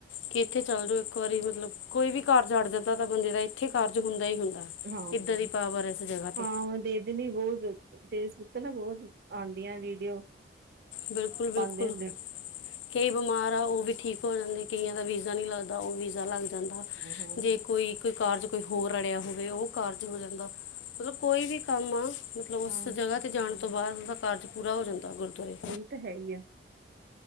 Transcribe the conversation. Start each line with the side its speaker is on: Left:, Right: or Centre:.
Left: ਕਿ ਇੱਥੇ ਚੱਲ ਜਾਓ ਇੱਕ ਵਾਰੀ ਮਤਲਬ, ਕੋਈ ਵੀ ਕਾਰਜ ਅੜ ਜਾਂਦਾ, ਤਾਂ ਬੰਦੇ ਦਾ ਇੱਥੇ ਕਾਰਜ ਹੁੰਦਾ ਹੀ ਹੁੰਦਾ।
Right: ਹਾਂ,
Left: ਇੱਦਾਂ ਦੀ ਪਾਵਰ ਇਸ ਜਗ੍ਹਾ 'ਤੇ
Right: ਹਾਂ, ਵਧੀ ਜਨੀ ਬਹੁਤ, ਫੇਸਬੁੱਕ ਤੇ ਨਾ ਬਹੁਤ, ਆਂਦੀਆਂ ਵੀਡੀਓ
Left: ਬਿਲਕੁਲ-ਬਿਲਕੁਲ।
Right: ਪਾਉਂਦੇ ਹੁੰਦੇ
Left: ਕਈ ਬਿਮਾਰ ਆ ਉਹ ਵੀ ਠੀਕ ਹੋ ਜਾਂਦੇ, ਕਈਆਂ ਦਾ ਵੀਜ਼ਾ ਨਹੀਂ ਲੱਗਦਾ, ਉਹ ਵੀਜ਼ਾ ਲਗ ਜਾਂਦਾ,
Right: ਹਾਂ
Left: ਜੇ ਕੋਈ ਇਕ ਕਾਰਜ ਕੋਈ ਹੋਰ ਰੜਿਆ ਹੋਵੇ, ਉਹ ਕਾਰਜ ਹੋ ਜਾਂਦਾ। ਮਤਲਬ ਕੋਈ ਵੀ ਕੰਮ ਆ, ਮਤਲਬ ਉਸ
Right: ਹਾਂ
Left: ਜਗ੍ਹਾ ਓਥੇ ਜਾਣ ਤੋਂ ਬਾਅਦ, ਉਹਦਾ ਕਾਰਜ ਪੂਰਾ ਹੋ ਜਾਂਦਾ ਗੁਰਦੁਆਰੇ।
Right: ਇਹੀ ਤਾ ਹੈਹੀ ਆ।